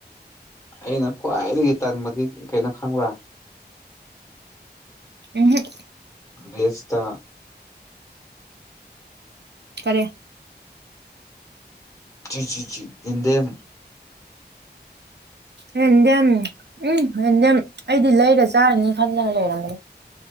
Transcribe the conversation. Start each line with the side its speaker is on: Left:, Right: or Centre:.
Left: ꯑꯩꯅ ꯈ꯭ꯋꯥꯏꯗꯒꯤ ꯇꯟꯕꯗꯤ ꯀꯩꯅꯣ ꯈꯪꯕ꯭ꯔꯥ
Right: ꯎꯝꯍꯨꯝ
Left: ꯗꯦꯁꯇꯥ
Right: ꯀꯔꯦ
Left: ꯆꯤ ꯆꯤ ꯆꯤ ꯌꯦꯟꯗꯦꯝ
Right: ꯍꯦꯟꯗꯦꯝ ꯎꯝ ꯍꯦꯟꯗꯦꯝ ꯑꯩꯗꯤ ꯂꯩꯔ ꯆꯥꯔꯅꯤ ꯈꯟꯗꯅ ꯂꯩꯔꯝꯕꯅꯦ